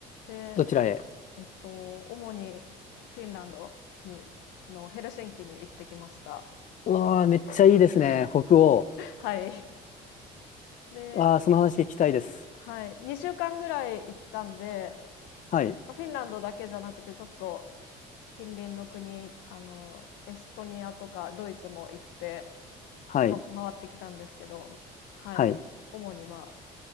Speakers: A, on the left; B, on the left.
A: で、
B: どちらへ
A: えっと、主にフィンランドにのヘルシンキに行ってきました。
B: うわあ、めっちゃいいですね。
A: <laughs>
B: 北欧。
A: はい。で、
B: わあ、その話聞きたいです。
A: はい、2週間ぐらい行ったんで、
B: はい。
A: まあ、フィンランドだけじゃなくてちょっと近隣の国、あの、エストニアとかドイツも行って、
B: はい。
A: ま、回ってきたんですけど、はい、
B: はい。
A: 主に、まあ